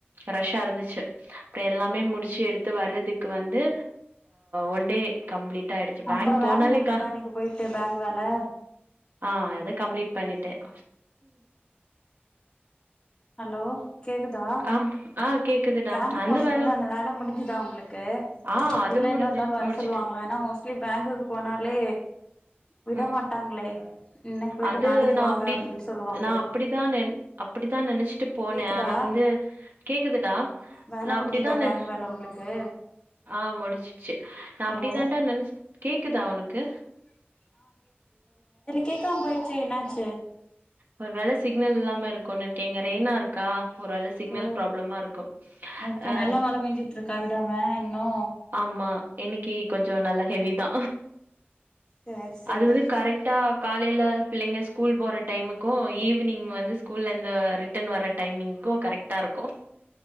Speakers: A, on the right (about 55°); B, on the left (about 20°).
A: ரஷ்ஆ இருந்துச்சு ச்சா அப்புறம் எல்லாமே முடிச்சு எடுத்து வறதுக்கு வந்து ஒன்று டே கம்ப்ளீட் ஆயிடுச்சு.
B: அப்புறம்
A: பேங்க்
B: வேற
A: போனாலே
B: முடிஞ்சதான்
A: க
B: பஸ்கா இன்னைக்கு போயிட்டு பேங்க் வேலை
A: ஆஹ் அதது கம்ப்ளீட் பண்ணிட்டேன்
B: ஹலோ கேக்குதா
A: ஆம் ஆ கேக்குதுடா
B: பேங்கு
A: அந்த
B: போனிங்களல்ல
A: வேல
B: அந்த வேலை முடிஞ்சுதா உங்க க்கு
A: ஆ அது
B: இல்லை
A: முடிஞ்சு
B: இன்னொரு நாள் வர
A: முடிச்சுட்டு
B: சொல்லுவாங்களாம் ஏன்னா மோஸ்லி பேங்க்குக்கு போனாலே விட
A: ம்
B: மாட்டாங்களே இன்னைக்கு போயிட்டு
A: அது
B: நாளைக்கு
A: நான்
B: வாங்க
A: அப்படி
B: அப்டின்னு சொல்லுவாங்களே
A: நான் அப்படிதான் ந அப்படிதான் ந விட்டு போனேன்
B: கேக்குதா
A: ஆனா வந்து கேக்குதுடா
B: வேல
A: நான்
B: முடிஞ்சுதா
A: அப்படித்தான
B: பேங்க் வேல உங்களுக்கு
A: ஆஹ் முடிஞச்சிச்சு நான் அப்படி
B: ஹலோ
A: தானடா நினச்ச கேக்குதா உனக்கு
B: கேக்கமே போய்ச்ச என்னச்ச
A: ஒரு வேலை சிக்னல் இல்லாம இருக்கும் நினைக்கிறேன் எங்க ரெயினனா இருக்கா ஒரு வேள சிக்னல்
B: ஓ
A: ப்ராப்ளமா இருக்கு
B: ஓகே
A: ஆ
B: நல்லா மழ பேஞ்சுட்ருக்கா விடாம இன்னு
A: ஆமா இன்னைக்கி கொஞ்சோ நல்லா ஹெவிதா
B: சேரி சேரி
A: அது வந்து கரெக்டா காலைல பிள்ளைங்க ஸ்கூல் போற டைமுக்கு ஈவினிங் வந்து ஸ்கூல்ல இருந்து ரிட்டன் வர டைமிங்க்கு கரெக்டா இருக்கு